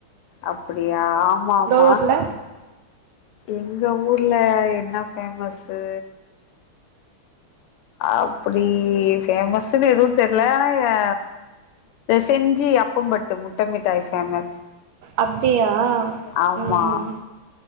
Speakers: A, on the left; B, on the right.
A: அப்டியா ஆமா ஆமா
B: ஊர்ல
A: எங்க ஊர்ல என்ன ஃபேமஸ்ஸு அப்டி ஃபேமஸ்ன்னு எதுவு தெரில ஆனா செஞ்சு அப்பம்பட்டு முட்ட மிட்டாய் ஃபேமஸ்
B: அப்டியா
A: ஆமா
B: ம்